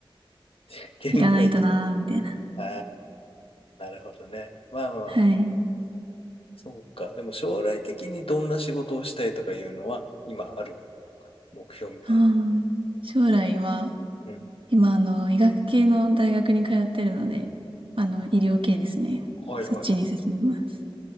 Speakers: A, on the left; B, on the right.
A: <laughs>
B: <laughs>
A: 限界期だ。
B: 行かないとなーみたいな。
A: あーなるほどね。まあまあ、
B: はい。
A: そうか。でも将来的にどんな仕事をしたいとかいうのは、今あるのかな目標みたいな。
B: あー将来は、
A: うん。
B: 今、あの、医学系の大学に通ってるので、あの、医療系ですね。
A: おはいはいはい。
B: そっちに進みます。